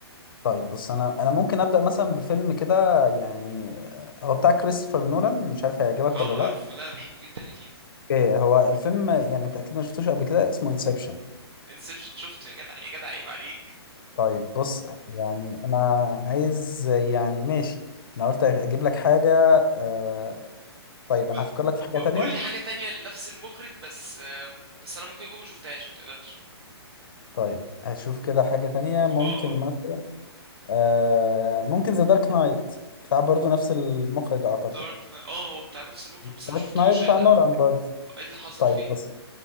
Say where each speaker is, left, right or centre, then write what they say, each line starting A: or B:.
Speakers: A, on the left; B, on the right.
A: طيب بص انا انا ممكن ابدا مثلا بفيلم كده يعني آه، هو بتاع كريستوفر نولان مش عارف هيعجبك
B: اه
A: ولا لا
B: عارفه لا بحبه جدا اكيد
A: ايه هو الفيلم يعني انت اكيد ما شفتوش قبل كده اسمه انسبشن
B: انسبشن شفته يا جدع يا جدع عيب عليك
A: طيب بص يعني انا عايز يعني ماشي انا قلت اجيب لك حاجة آه طيب
B: ب...
A: انا هفكر لك في حاجة تانية
B: قول لي حاجة تانية لنفس المخرج بس آم، بس انا ممكن اكون ما شفتهاش متقلقش
A: طيب هشوف كده حاجة تانية ممكن
B: اه اه
A: مثلا آه ممكن ذا دارك نايت بتاع برضو نفس المخرج اعتقد
B: دارك نايت اه هو بتاع نفس المخرج
A: دارك
B: بس انا ما شفتوش
A: نايت
B: ايه
A: بتاع
B: اللي
A: نولان برضو
B: ايه اللي حصل
A: طيب
B: فيه
A: بص